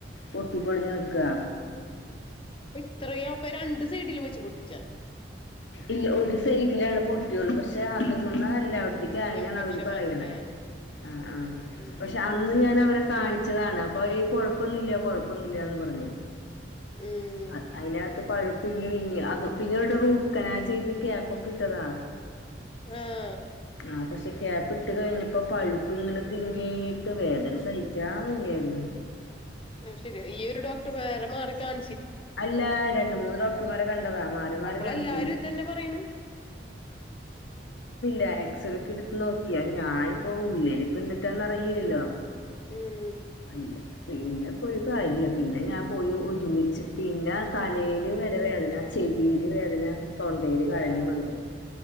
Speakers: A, on the left; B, on the left.
A: പൊട്ടി പൊളിഞ്ഞു നിക്കുക
B: ഇപ്പ ഇത്രയും അപ്പൊ രണ്ട് സൈഡിലും വെച്ച് പൊട്ടിച്ചാ
A: ഇല്ല ഒരു സൈഡിലാണ് പൊട്ടിയൊള്ളൂ പക്ഷെ അത് മ്മ ന്നെ തല്ല അവിട പ്പിക്കായേന്
B: ഇൻഫെക്ഷൻ
A: ന്നാ അവര് പറയ്ണെ
B: വന്നില്ലേ
A: ആ ആ
B: ഉം
A: പക്ഷെ അന്ന് ഞാൻ അവരെ കാണിച്ചതാണ് അപ്പൊ അവര് കൊഴപ്പൊന്നുല്ല കൊഴപ്പൊന്നില്ലന്ന് പറഞ്ഞു
B: ഉം
A: അ അയിനകത്ത് പഴുപ്പി <unintelligible> അതും പിന്നെ ഇവിടെ റൂട്ട് കനാൽ ചെയ്ത് ക്യാപ് ഒക്കെ ഇട്ടതാ
B: ആഹ്
A: ആ പക്ഷെ ക്യാപ്പ് ഇട്ട് കഴിഞ്ഞപ്പോ പഴുപ്പ് ഇങ്ങനെ തിങ്ങീട്ട് വേദന സഹിക്കാൻ വയ്യായിരുന്നു
B: ശരി ഈയ ഒരു ഡോക്ടർ വേറെ മാറി കാണ
A: അല്ല ര <unintelligible> മൂന്ന്ോക്ടർമാരെ കണ്ടതാണ്
B: അപ്പളെല്ലാരും
A: കാണഴ
B: ഇതന്നെ പറയണ്
A: <unintelligible> എക്‌സറെക്കെ ഇടുത്ത് നോക്കിയാ ഞാനിപ്പ ഉള്ളില് ഇപ്പ എന്തിട്ടാന്ന് അറിയില്ലല്ലോ
B: ഉം
A: അല്ല പിന്നെ പോയി കാര്യല്ല പിന്നെ ഞാൻ പോയി ഒരുമിച്ച് പിന്നെ തലയില് വരെ വേദന ചെവിയില് വേദന തൊണ്ടയില് കഴലിം
B: ആഹ്
A: വന്നു